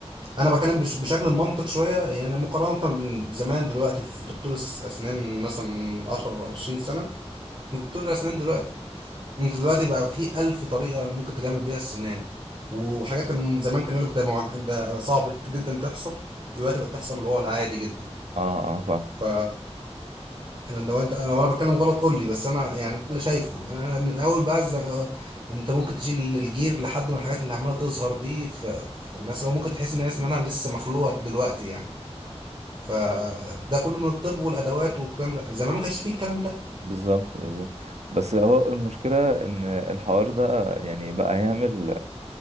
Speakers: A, on the right (about 45°); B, on the right (about 80°).
A: انا بكلم بش- بشكل منطق شويه يعني مقارنه من زمان دلوقتي في دكتور الاسنان مثلا من 10 20 سنه دكتور الاسنان دلوقتي انت دلوقتي بقى في الف طريقه ممكن تجمل بيها السنان وحاجات كان زمان كان يقولك ده معج... ده صعب جدا تحصل دلوقتي بقت تحصل اللي هو العادي جدا
B: اه اه فاهم
A: ف انا لو انت انا وانا بتكلم غلط قول لي بس انا يعني ده اللي شايفه يعني انا من اول بقى ز- انت ممكن تشيل الجير لحد من الحاجات اللي عماله تظهر دي في, في الناس لو ممكن تحس ان هي اسنانها لسه مخلوقه دلوقتي يعني فده كله من الطب والادوات والكلام ده زمان ما كانش فيه الكلام ده
B: بالظبط بالظبط بس هو المشكلة ان الحوار ده يعني بقى يعمل